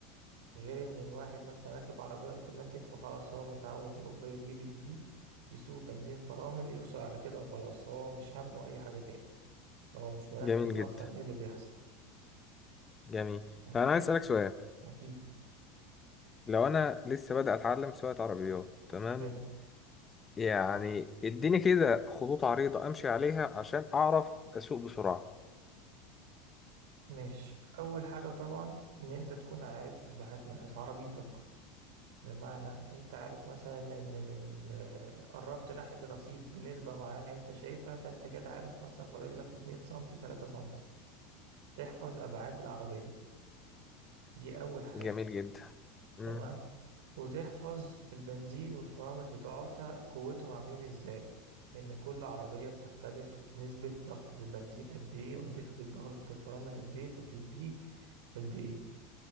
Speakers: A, on the right; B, on the left.
A: غير ان الواحد مثلا راكب عربية اوتوماتيك فخلاص هو متعود هو بيجيب الدي يسوق بنزين فرامل يوصل على كده وخلاص هو مش همه اي حاجة تاني هو مش مركز
B: جميل
A: اصلا
B: جدا
A: ايه اللي بيحصل
B: جميل
A: يعني
B: طب انا عايز
A: إيه؟
B: اسالك سؤال
A: اكيد
B: لو انا لسه بادئ اتعلم سواقه عربيات تمام
A: حلو
B: يعني اديني كده خطوط عريضة امشي عليها عشان اعرف اسوق بسرعة
A: ماشي اول حاجه طبعا ان انت تكون عارف ابعاد مقاس عربيتك بمعنى انت عارف مثلا ان من آه، قربت ناحيه الرصيف بنسبه معينه انت شايفها فانت كده عارف مثلا فاضل لك 2 سم 3 سم تحفظ ابعاد العربيه دي اول حاجه
B: جميل جدا مم.
A: تمام وتحفظ البنزين والفرامل بتوعتها قوتهم عاملين ازاي ان كل عربية بتختلف نسبة ضغطة البنزين قد ايه ونسبة ضغطة الفرامل قد ايه فتديك قد ايه